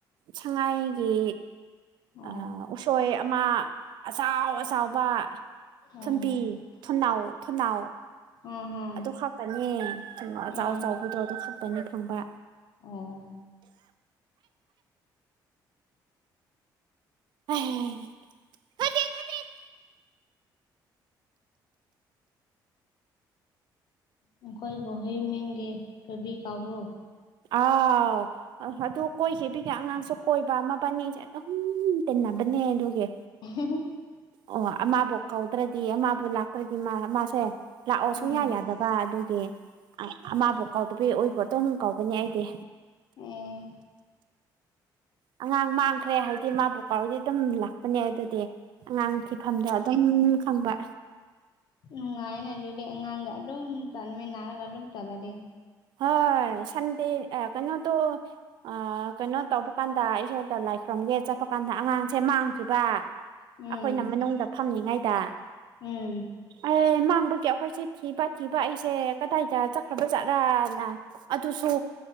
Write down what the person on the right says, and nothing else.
ꯁꯉꯥꯏꯒꯤ
ꯑ ꯎꯁꯣꯏ ꯑꯃ ꯑꯆꯥꯎ ꯑꯆꯥꯎꯕ ꯊꯨꯝꯕꯤ
ꯊꯨꯝꯅꯥꯎ ꯊꯨꯝꯅꯥꯎ
ꯑꯗꯨ ꯈꯛꯇꯅꯤ ꯀꯩꯅꯣ ꯑꯆꯥꯎ
ꯑꯆꯕꯗ꯭ꯔꯣ ꯑꯗꯨ ꯈꯛꯇꯅꯤ ꯐꯪꯕ
<unintelligible>
ꯑꯥꯎ ꯑꯗꯨ ꯀꯣꯏꯁꯤꯕꯤ ꯍ ꯑꯉꯥꯡꯁꯨ ꯀꯣꯏꯕ ꯑꯃꯅꯤꯁꯩ ꯑꯗꯨꯝ ꯇꯤꯟꯅꯕꯅꯦ ꯑꯗꯨꯒꯤ
ꯑꯣ ꯑꯃꯕꯨ ꯀꯧꯗ꯭ꯔꯗꯤ ꯑꯃꯕꯨ ꯂꯥꯛꯇ꯭ꯔꯗꯤ ꯃꯥ ꯃꯥꯁꯦ ꯂꯥꯛꯑꯣ ꯁꯨꯡꯌꯥ
ꯌꯥꯗꯕ ꯑꯗꯨꯒꯤ ꯑꯃꯥꯕꯨ ꯀꯥꯎꯗꯕꯤ ꯑꯣꯏꯕꯨ ꯑꯗꯨꯣꯝ ꯀꯧꯒꯅꯤ ꯑꯩꯗꯤ
ꯑꯉꯥꯡ ꯃꯥꯡꯈ꯭ꯔꯦ ꯍꯥꯏꯗꯤ ꯃꯥꯕꯨ ꯀꯥꯎꯔꯗꯤ ꯑꯗꯨꯝ ꯂꯥꯛꯄꯅꯦ ꯑꯗꯨꯗꯤ ꯑꯉꯥꯡ ꯐꯤꯐꯝꯗ ꯈꯪꯕ
ꯍꯣꯏ ꯁꯟꯗꯦ ꯑꯦ ꯀꯩꯅꯣꯗꯣ ꯑ ꯀꯩꯅꯣ ꯇꯧꯕ ꯀꯥꯟꯗ ꯏꯁꯣꯔꯗ ꯂꯥꯏꯈꯣꯔꯝꯒꯦ ꯆꯠꯄ ꯀꯥꯟꯗ ꯑꯉꯥꯡꯁꯦ ꯃꯥꯡꯈꯤꯕ
ꯑꯩꯈꯣꯏꯅ ꯃꯅꯨꯡꯗ ꯐꯝꯂꯤꯉꯩꯗ
ꯑꯦ ꯃꯥꯡꯕꯒꯤ ꯑꯩꯈꯣꯏꯁꯦ ꯊꯤꯕ ꯊꯤꯕ ꯑꯩꯁꯦ ꯀꯗꯥꯏꯗ ꯆꯠꯈ꯭ꯔꯕ ꯖꯠꯔꯥ ꯅ ꯑꯗꯨꯁꯨ